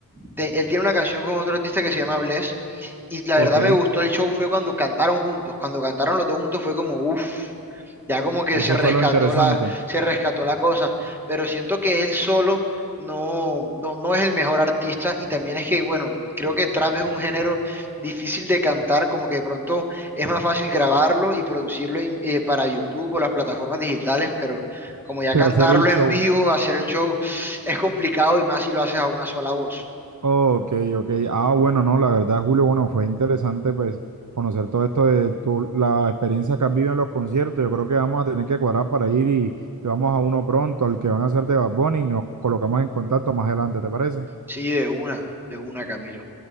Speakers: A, in the centre; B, on the right (about 55°).
A: te- él tiene una canción con otro artista que se llama Bless. Y la
B: Ok,
A: verdad me gustó el show fue cuando cantaron juntos. Cuando cantaron los dos juntos fue como, uff, ya como que
B: eso
A: se rescató
B: fue lo interesante,
A: la, se rescató la cosa. Pero siento que él solo no, no, no es el mejor artista. Y también es que, bueno, creo que trap es un género difícil de cantar, como que de pronto es más fácil grabarlo y producirlo en- eh, para YouTube o las plataformas digitales, pero como ya
B: que
A: cantarlo
B: hacer el show.
A: en vivo, hacer el show, es complicado y más si lo haces a una sola voz.
B: Ok, ok. Ah, bueno, no, la verdad, Julio, bueno, fue interesante pues conocer todo esto de tu, la experiencia que has vivido en los conciertos. Yo creo que vamos a tener que cuadrar para ir y, y vamos a uno pronto, al que van a hacer de Bad Bunny, y nos colocamos en contacto más adelante, ¿te parece?
A: Sí, de una, de una, Camilo.